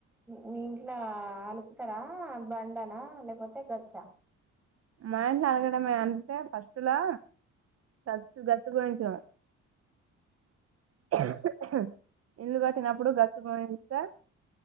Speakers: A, in the centre; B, on the right (about 50°).
A: మీ ఇంట్లో అలుపుతారా, బండనా లేపోతే గచ్చ.
B: మా ఇంట్ల అలకడమే అంతే ఫస్ట్ లా గచ్చు గచ్చు పోయించినం అ <unintelligible> హ <unintelligible> ఇల్లు గట్టినప్పుడు గచ్చు పోయిస్తే